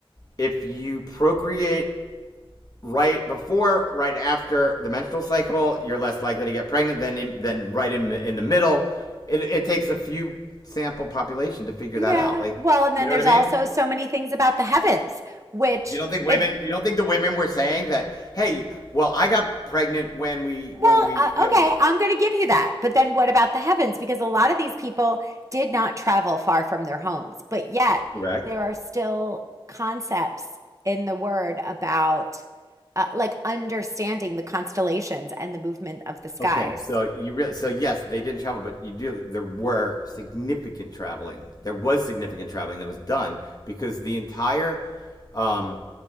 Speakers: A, on the left (about 40°); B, on the right (about 30°).
A: if you procreate right before, right after the menstrual cycle, you're less likely to get pregnant than in, than right in the, in the middle. It, it takes a few sample population to figure
B: Yeah,
A: that out. Like,
B: well, and
A: you
B: then
A: know
B: there's
A: what I mean?
B: also so many things about the heavens, which
A: You don't think women?
B: if
A: You don't think the women were saying that? Hey, well, I got pregnant when we
B: Well,
A: when we
B: uh,
A: you know
B: okay, I'm going to give you that. But then what about the heavens? Because a lot of these people did not travel far from their homes, but yet
A: correct
B: there are still concepts in the word about uh, like understanding the constellations and the movement of the skies.
A: Okay, so you re- so yes, they didn't travel, but you do. There were significant traveling. There was significant traveling that was done because the entire, um,